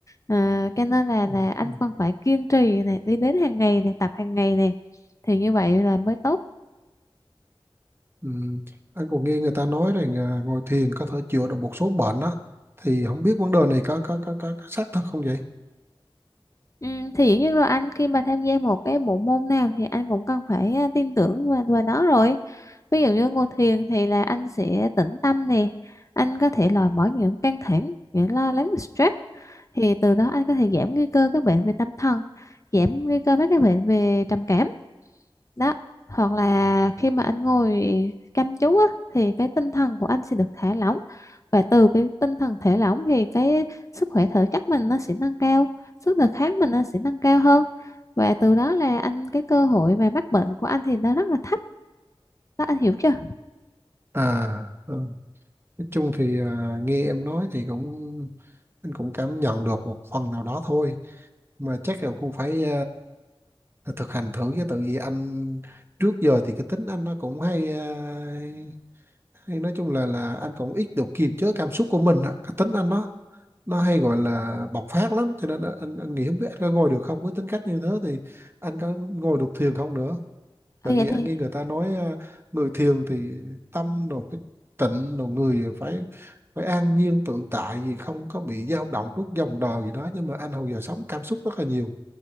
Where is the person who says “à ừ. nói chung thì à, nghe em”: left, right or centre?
Right